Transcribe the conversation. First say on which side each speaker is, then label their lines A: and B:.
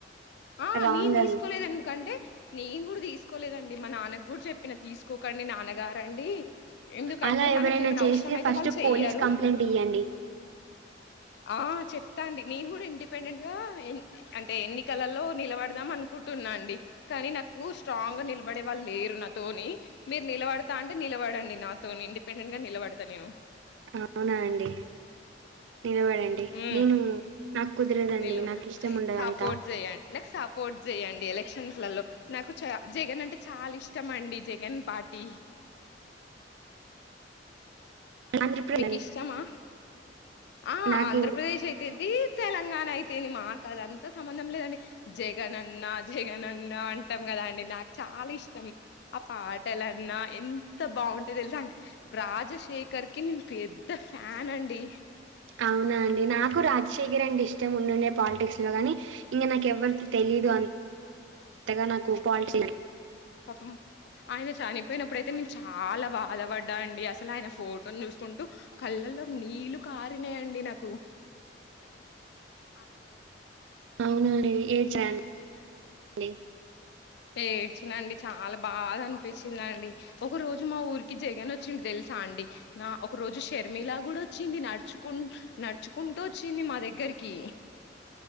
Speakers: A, on the left; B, on the right.
A: ఆ
B: రాంగ్
A: నేను తీసుకులేదు
B: అది.
A: ఎందుకంటే నీ ను కూడా తీసుకోలేదండి మా నాన్నకు కూడా చెప్పిన తీసుకోకండి నాన్నగారండి ఎందుకంటే
B: అలా ఎవరైనా
A: మనకి ఏమైనా
B: చేస్తే
A: అవసరం అయితే
B: ఫస్ట్
A: వాళ్ళు చెయ్యరు
B: పోలీస్ కంప్లైంట్ ఇయ్యండి
A: ఆ చెప్తా అండి నేను కూడా ఇం ఇండిపెండెంట్ గా ఎ అంటే ఎన్నికలలో నిలబడదాం అనుకుంటున్నా అండి కానీ నాకు స్ట్రాంగ్గా నిలబడే వాళ్ళు లేరు నాతోని మీరు నిలబడతా అంటే నిలబడండి నాతోని ఇండిపెండెంట్ గా నిలబడతా నేను
B: అవునా అండి నిలబడండి
A: హు
B: నేను నాకు కుదరదండి
A: నిలు
B: నాకు ఇష్టం ఉండదంతా
A: సపోర్ట్ చే్య్యండి నాక్ సపోర్ట్ చేయ్యండి ఎలక్షన్స్లలో నాకు చ జగన్ అంటే చాలా ఇష్టం అండి జగన్పార్టీ
B: ఆంధ్రప్రదేశ్
A: మీకు
B: అని.
A: ఇష్టమా ఆ
B: నాకు
A: ఆంధ్రప్రదేశ్ అయితెంది తెలంగాణ అయితేంది మాకు అదంత సంబంధం లేదండి జగన్ అన్నా జగన్ అన్నా అంటాం కదండి నాకు చాలా ఇష్టం ఆ పాటలన్నా ఎంత బాగుంయె తెలుసా రాజశేఖర్ కి నేను పెద్ద ఫ్యాన్ అండి
B: అవునా అండి నాకు రాజశేఖర్ అంటే ఇష్టం ఉండుండే పాలిటిక్స్ లో కానీ ఇంగ నాకు ఎవ్వరు తెలిదు అంతగా నాకు పాలిటి
A: పాపం ఆయన చనిపోయినప్పుడుయితే నేను చాలా బాధపడ్డా అండి అసలు ఆయన ఫోటోని చూసుకుంటూ కళ్ళల్లో నీళ్లు కారినాయండి నాకు అ
B: అవునేనే ఏడ్ చ డి
A: ఏడ్చినండి చాలా బాగా అనిపించింది అండి ఒక రోజు మా ఊరికి జగన్ వచ్చిండు తెలుసా అండి నా ఒక రోజు షేర్ పర్మిలా కూడా వచ్చింది నడుచుకుం నడుచుకుంటూ వచ్చింది మా దగ్గరికి